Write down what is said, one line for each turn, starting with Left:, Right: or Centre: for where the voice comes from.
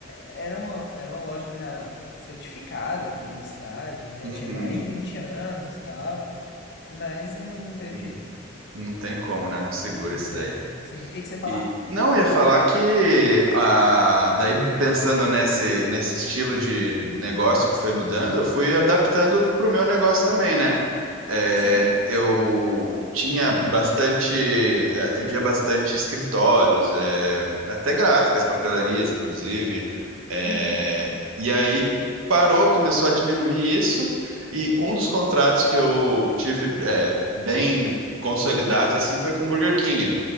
Left: era uma, era uma loja já solidificada aqui na cidade, né?
Right: Uhum.
Left: Tinha mais de 20 anos e tal, mas não teve
Right: E
Left: jeito,
Right: Não tem como, né? Não segura
Left: né?
Right: isso daí.
Left: Sim, o que que você ia falar?
Right: E, não, ia falar que ah, daí pensando nesse, nesse estilo de negócio que foi mudando, eu fui adaptando para o meu negócio também, né? É,
Left: Sim,
Right: eu tinha bastante, é, atendia bastante escritórios, é, até gráficas, papelarias, inclusive. É,
Left: uhum.
Right: e aí parou, começou a diminuir isso, e um dos contratos que eu tive é, bem consolidados assim foi com o Burger King.